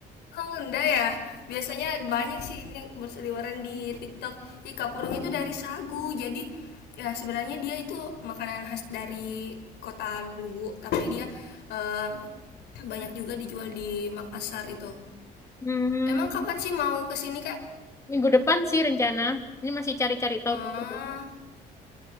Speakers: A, on the left; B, on the left.
A: oh, enggak ya, biasanya banyak sih ini berseliweran di TikTok. Jadi kapurung itu dari sagu, jadi ya sebenarnya dia itu makanan khas dari kota Luwu, tapi dia eh, banyak juga dijual di Makassar itu.
B: Hmm,
A: Emang kapan sih mau kesini Kak?
B: minggu depan sih rencana. Ini masih cari-cari tahu
A: Ah,
B: dulu.